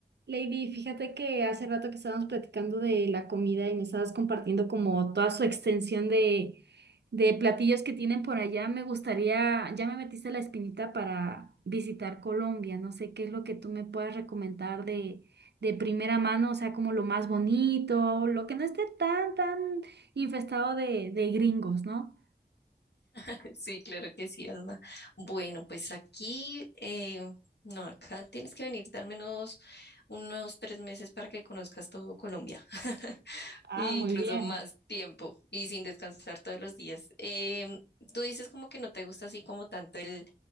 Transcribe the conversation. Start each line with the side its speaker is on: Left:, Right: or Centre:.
Right: Lady, fíjate que hace rato que estábamos platicando de la comida y me estabas compartiendo como toda su extensión de, de platillos que tienen por allá. Me gustaría, ya me metiste la espinita para visitar Colombia. No sé qué es lo que tú me puedas recomendar de, de primera mano, o sea, como lo más bonito, lo que no esté tan, tan infestado de, de gringos, ¿no?
Left: <laughs> Sí, claro que sí, Alma. Bueno, pues aquí, eh, no, acá tienes que venir al menos unos tres meses para que conozcas todo Colombia, <laughs>
Right: Ah,
Left: e
Right: muy
Left: incluso
Right: bien.
Left: más tiempo y sin descansar todos los días. Em, tú dices como que no te gusta así como tanto el